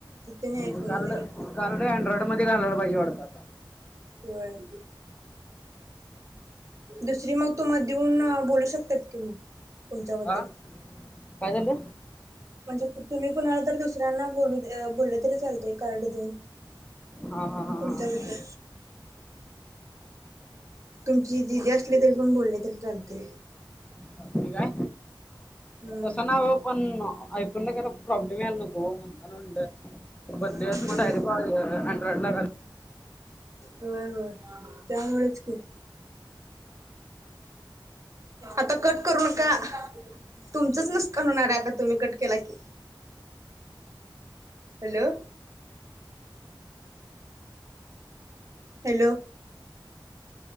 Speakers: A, on the right; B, on the left.
A: त्याने आयफोन
B: मग कार्ड
A: मध्ये घेतली.
B: कार्ड अँड्राईड मध्ये घालायला पाहिजे वाटतं आता.
A: होय. दुसरी मग तुमा देऊन अह बोलू शकतात कि मग. तुमच्याबद्दल.
B: हा काय झालं
A: म्हणजे तुम्ही कुणाला तर दुसऱ्यांना बोलू बोललं तरी चालतय कार्ड देऊन
B: हा हा हा हा
A: तुमच्याबद्दल. तुमची दिदी
B: तस-
A: असली तरी पण बोलले तरी चालतय.
B: रात्री काय
A: हम्म
B: तसं नाय हो पण ऐकुन न घेता प्रॉब्लेम यायला नको. हो म्हणताना म्हणलं बदलुयाच
A: हम्म
B: मग अँड्रॉइडला घालं
A: होय होय त्यामुळेच की. आता कट करू नका. तुमचंच नुसकान होणार आहे आता तुम्ही कट केला की.
B: <inaudible>
A: हॅलो. हॅलो!